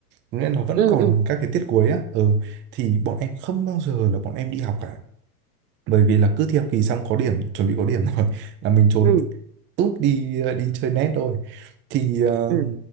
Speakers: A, on the right; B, on the right.
A: Có Nghĩa là nó vẫn
B: ừ
A: còn
B: ừ
A: các cái tiết cuối á ừ. Thì bọn em không bao giờ là bọn em đi học cả bởi vì là cứ thi học kỳ xong có điểm chuẩn bị có điểm <laughs> rồi là mình trốn
B: ừ
A: tút đi ờ, đi chơi net rồi thì ờ,
B: ừ